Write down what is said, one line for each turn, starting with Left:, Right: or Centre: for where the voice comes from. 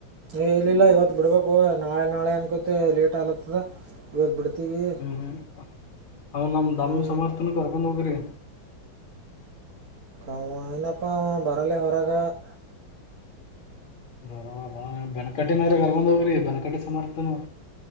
Right: ಏ ಇಲ್ಲಿಲ್ಲ ಇವತ್ ಬಿಡ್ಬೇಕು ನಾಳೆ ನಾಳೆ ಅನ್ಕತ್ತ ಲೇಟ್ ಆಗ್ಲತ್ತದ ಇವತ್ತು ಬಿಡ್ತೀವಿ
Left: ಹ್ಮ್ ಅವ ನಮ್ಮ ದಮ್ಮ
Right: ಹ್ಞೂ
Left: ಸಮರ್ಥನ ಕರ್ಕೊಂಡ್ ಹೋಗ್ರಿ
Right: ಅವ ಏನಪ್ಪಾ ಬರಲ್ಲ ವರ್ಗ
Left: ಬವ ಬೆನಕಟ್ಟಿನ್ರ ಕರ್ಗೊಂಡ್ ಹೋಗ್ರಿ ಬೆನಕಟ್ಟಿ ಸಮರ್ಥನ